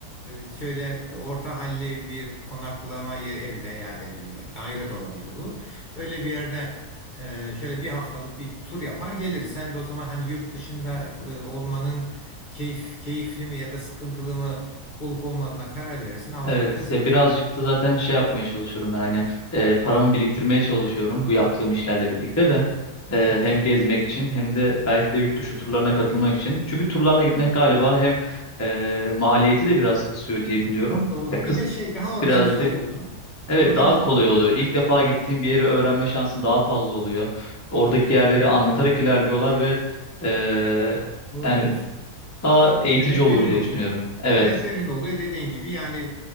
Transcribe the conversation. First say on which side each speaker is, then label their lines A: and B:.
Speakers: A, on the left (about 35°); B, on the left (about 15°).
A: e, şöyle orta halli bir konaklama yer evi de ya da bir daire de olabilir bu. Öyle bir yerde e, şöyle bir haftalık bir tur yapar geliriz. Sen de o zaman hani yurt dışında e, olmanın keyif keyifli mi ya da sıkıntılı mı? olup olmadığına karar verirsin. Avrupa'ya
B: Evet.
A: da seçersin.
B: Ya birazcık da zaten şey yapmaya çalışıyorum ben hani e, paramı biriktirmeye çalışıyorum bu yaptığım işlerle birlikte de E,
A: Çok güzel.
B: hem gezmek için hem de belki de yurt
A: Çok
B: dışı
A: güzel.
B: turlarına katılmak için. Çünkü turlarla gitmek galiba hem e, maliyeti de biraz kısıyor diye biliyorum.
A: Doğru.
B: Ya kıs
A: Bir de şey daha organize
B: birazcık
A: oluyor.
B: da Evet
A: Organize
B: daha kolay
A: de oluyor.
B: oluyor. İlk defa
A: Hı,
B: gittiğin bir yeri öğrenme şansın daha fazla oluyor. Oradaki
A: doğru diyorsun.
B: yerleri anlatarak ilerliyorlar ve eee,
A: Doğru
B: yani
A: diyorsun.
B: daha eğitici
A: Rehberin
B: olur diye
A: oluyor.
B: düşünüyorum. Evet.
A: Rehberin oluyor dediğin gibi yani